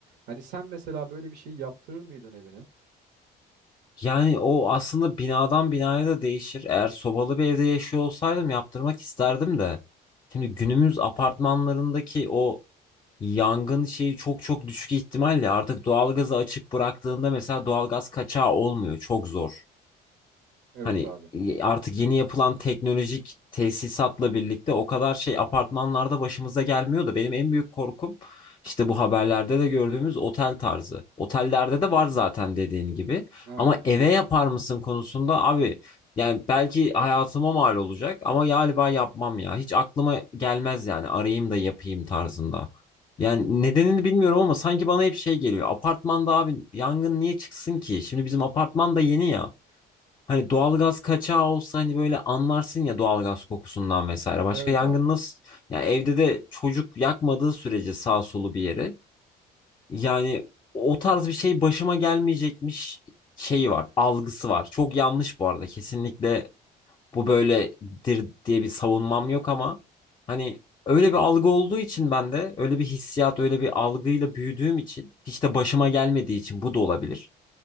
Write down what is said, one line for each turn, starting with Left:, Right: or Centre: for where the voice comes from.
Right: Hani sen mesela böyle bir şey yaptırır mıydın evine?
Left: Yani o aslında binadan binaya da değişir. Eğer sobalı bir evde yaşıyor olsaydım yaptırmak isterdim de. Şimdi günümüz apartmanlarındaki o yangın şeyi çok çok düşük ihtimalle artık doğalgazı açık bıraktığında mesela doğalgaz kaçağı olmuyor. Çok zor.
Right: Evet
Left: Hani
Right: abi.
Left: y- artık yeni yapılan teknolojik tesisatla birlikte o kadar şey apartmanlarda başımıza gelmiyor da benim en büyük korkum işte bu haberlerde de gördüğümüz otel tarzı. Otellerde de var zaten dediğin gibi.
Right: Aynen.
Left: Ama eve yapar mısın konusunda abi yani belki hayatıma mal olacak ama galiba yapmam ya. Hiç aklıma gelmez yani arayayım da yapayım tarzında. Yani nedenini bilmiyorum ama sanki bana hep şey geliyor. Apartmanda abi yangın niye çıksın ki? Şimdi bizim apartman da yeni ya. Hani doğalgaz kaçağı olsa hani böyle anlarsın ya doğalgaz kokusundan vesaire. Başka
Right: Evet
Left: yangın
Right: abi.
Left: nasıl? Ya evde de çocuk yakmadığı sürece sağ solu bir yeri. Yani o tarz bir şey başıma gelmeyecekmiş şeyi var, algısı var. Çok yanlış bu arada. Kesinlikle bu böyledir diye bir savunmam yok ama hani öyle bir algı olduğu için ben de öyle bir hissiyat, öyle bir algıyla büyüdüğüm için hiç de başıma gelmediği için bu da olabilir.